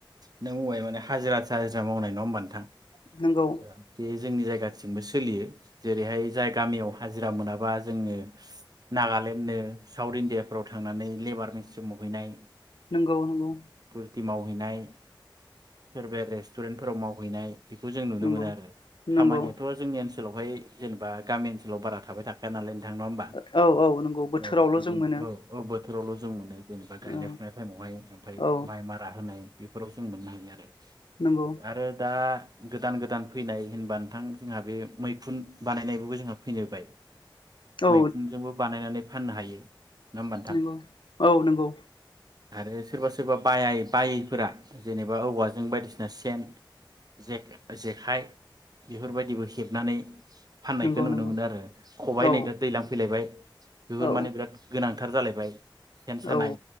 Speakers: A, on the right; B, on the left.
A: नों बुंबाय माने हाजिरा थाजिरा मावनाय नङा होमबा नोंथां
B: नंगौ
A: ओ बे जोंनि जायगायाव दासिमबो सोलियो जेरैहाय जाय गामियाव हाजिरा मोनाबा जोङो नागालेण्डनो साउथ इण्डियाफ्राव थांनानै लेबार सो मावहैनाय
B: नंगौ नंगौ
A: खेथि मावहैनाय सोरबा रेस्टुरेन्टफोराव मावहैनाय बेखौ जों नुनो
B: नंगौ
A: मोनो आरो
B: नंगौ
A: खामानियाथ' जोंनि ओनसो ओनसोलावहाय जेनेबा गामि ओनसोलाव बारा‌ थाबाय थाखाया नालाय थां नंङा होनबा
B: औ औ नंगौ बोथोरावल'
A: औ बिदिनो
B: जों मोनो
A: औ औ बोथोरावल' जों मोनो जेनेबा गायनाय
B: औ
A: फुनाय टाइमावहाय ओमफ्राय
B: औ
A: माइ मारा होनाय बेफोराव जों मोननो हायो आरो
B: नंगौ
A: आरो दा गोदान गोदान फैनाय होनबा नोंथां जोंहा बे मैखुन बानायनायबो जोंहा फैनो बाय
B: औ
A: मैखुनजोंबो बानायनानै फाननो हायो नङा होमबा नोंथां
B: नोंगौ औ नोंगौ
A: आरो सोरबा सोरबा बाया बायैफोरा जेनेबा औवाजों बायदिसिना सेन जेख-जेखाइ बेफोर बायदिबो हेबनानै फाननायखौ
B: नंगौ
A: नुनो
B: नंगौ
A: मोनो आरो खबाइ
B: औ
A: नै दा दैज्लां फैलायबाय बेफोर
B: औ
A: माने बिराद गोनां फोथार जालायबाय सेन सानाय
B: औ